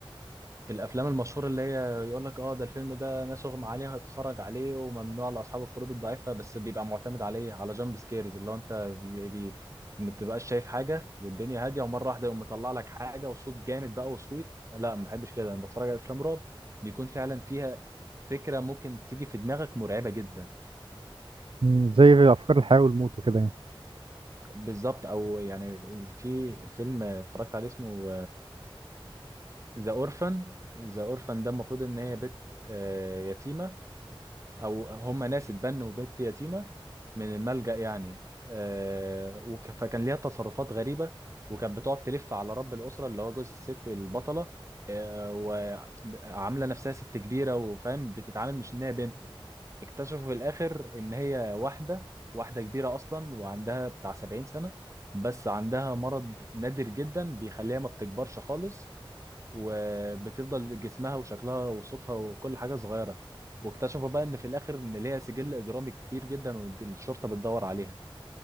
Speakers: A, on the right; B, on the right.
A: الافلام المشهوره اللي هي يقول لك اه ده الفيلم ده ناس اغمى عليها بتتفرج عليه وممنوع لاصحاب القلوب الضعيفه بس بيبقى معتمد عليه على جامب سكيرز اللي هو انت بي بي- ما بتبقاش شايف حاجه والدنيا هاديه ومره واحده يقوم مطلع لك حاجه وصوت جامد بقى وصويت لا ما بحبش كده لما بتفرج على افلام رعب بيكون فعلا فيها فكره ممكن تيجي في دماغك مرعبه جدا
B: م، زي افكار الحياه والموت وكده يعني
A: بالظبط او يعني في فيلم اتفرجت عليه اسمه ذا اورفن ذا اورفن ده المفروض ان هي بنت آه، يتيمه او هم ناس اتبنوا بنت يتيمه من الملجأ يعني آه وك- فكان ليها تصرفات غريبه وكانت بتقعد تلف على رب الاسره اللي هو جوز الست البطله آه وعامله نفسها ست كبيره وفاهم بتتعامل مش ان هي بنته اكتشفوا في الاخر ان هي واحده واحده كبيره اصلا وعندها بتاع 70 سنه بس عندها مرض نادر جدا بيخليها ما بتكبرش خالص وبتفضل جسمها وشكلها وصوتها وكل حاجه صغيره واكتشفوا بقى ان في الاخر ان ليها سجل اجرامي كبير جدا والشرطه بتدور عليها